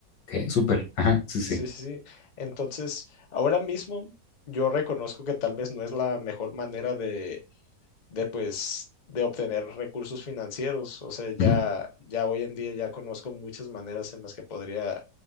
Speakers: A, on the left; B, on the left.
A: Ok, súper. Ajá, sí, sí.
B: Sí, sí, sí. Entonces, ahora mismo yo reconozco que tal vez no es la mejor manera de, de pues, de obtener recursos financieros. O sea, ya,
A: Ujú,
B: ya hoy en día ya conozco muchas maneras en las que podría,